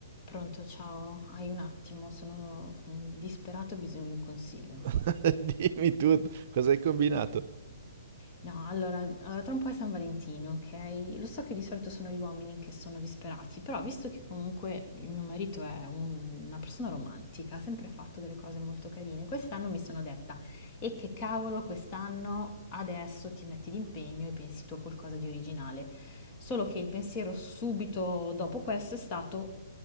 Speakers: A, on the left; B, on the right.
A: Pronto, ciao, hai un attimo, sono mm, disperata, ho bisogno di un consiglio.
B: <laughs> Dimmi tutto, cosa hai combinato?
A: No, allora, eh, tra un po' è San Valentino, ok? Lo so che di solito sono gli uomini che sono disperati, però visto che comunque il mio marito è un- una persona romantica, ha sempre fatto delle cose molto carine, quest'anno mi sono detta, e che cavolo, quest'anno adesso ti metti d'impegno e pensi tu a qualcosa di originale. Solo che il pensiero subito dopo questo è stato,